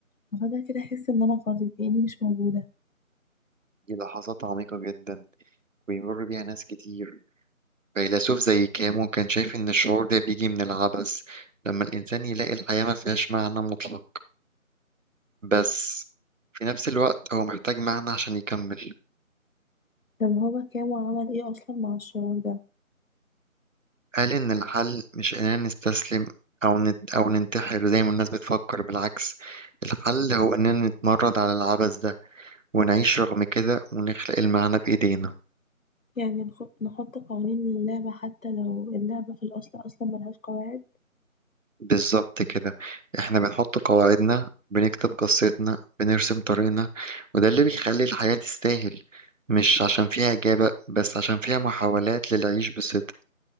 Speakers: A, on the left; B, on the right.
A: وفجأة كده أحس إن أنا فاضية كأني مش موجودة
B: دي لحظات عميقة جدا ويمر بيها ناس كتير فيلسوف زي كامو كان شايف إن الشعور ده بيجي من العبث لما الإنسان يلاقي الحياة ما فيهاش معنى مطلق بس في نفس الوقت هو محتاج معنى عشان يكمل
A: طب هو كان وعمل إيه أصلا مع الشعور ده؟
B: قال إن الحل مش إننا نستسلم أو نت أو ننتحر زي ما الناس بتفكر بالعكس الحل هو إننا نتمرد على العبث ده ونعيش رغم كده ونخلق المعنى بإيدينا
A: يعني نخط نحط قوانين للعبة حتى لو اللعبة في الأصل أصلا ملهاش قواعد
B: بالظبط كده إحنا بنحط قواعدنا بنكتب قصتنا بنرسم طريقنا وده اللي بيخلي الحياة تستاهل مش عشان فيها إجابة بس عشان فيها محاولات للعيش بصدق